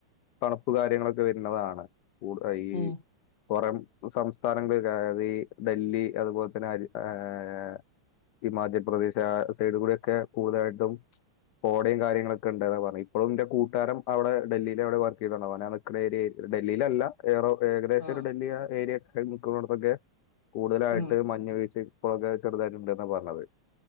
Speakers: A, on the left; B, on the left.
A: തണുപ്പ് കാര്യങ്ങളൊക്കെ വരുന്നതാണ് കൂട് ഈ
B: ഉം
A: പുറം സംസ്ഥാനങ്ങള് അതായത് ഈ ഡെല്ലി അതുപോലെ തന്നെ ആഹ് ഹിമാചൽ പ്രദേശ് ആ സൈഡ് കൂടെയൊക്കെ കൂടുതലായിട്ടും കോടയും കാര്യങ്ങളൊക്കെ ഉണ്ടന്ന് പറഞ്ഞ് ഇപ്പോളും ഇന്റെ കൂട്ടുകാരൻ അവിടെ ഡെല്ലില് അവിടെ വർക്ക് ചെയ്തുണ്ടാവ ഓനാ രി ഡെല്ലിയിലല്ല ഏറോ ഏകദേശം
B: ആഹ്
A: ഒരു ഡൽഹിയ ഏരിയ നിക്കുന്നടത്തൊക്കെ കൂടുതലായിട്ട്
B: ഉം
A: മഞ്ഞ് വീഴച്ച്. ഇപ്പോഴൊക്കെ ചെറുതായിട്ട് ഇണ്ട് ന്ന പറഞ്ഞത്.